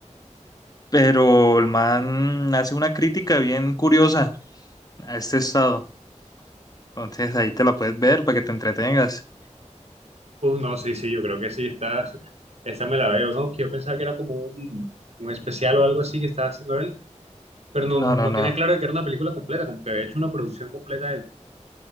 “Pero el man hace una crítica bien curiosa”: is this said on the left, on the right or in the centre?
Left